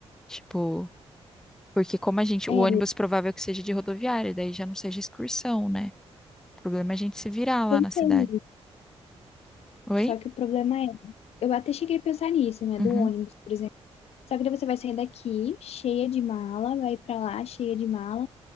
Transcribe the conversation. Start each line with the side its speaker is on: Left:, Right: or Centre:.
Centre: Tipo, porque como a gente,
Left: É,
Centre: o ônibus provável que seja de rodoviária, daí já não seja excursão, né? O problema é a gente se virar lá
Left: Pensei
Centre: na cidade. Oi?
Left: só que o problema é, eu até cheguei a pensar nisso, né,
Centre: Uhum.
Left: do ônibus, por exemplo. Só que daí você vai sair daqui cheia de mala, vai pra lá cheia de mala,